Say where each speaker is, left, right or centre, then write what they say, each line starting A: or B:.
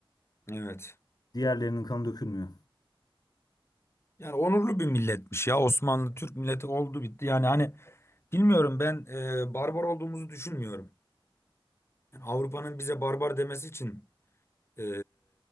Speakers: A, on the left; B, on the left.
A: Evet.
B: Diğerlerinin kanı dökülmüyor.
A: Yani onurlu bir milletmiş ya Osmanlı Türk milleti oldu bitti. Yani hani bilmiyorum ben e, barbar olduğumuzu düşünmüyorum. Yani Avrupa'nın bize barbar demesi için e,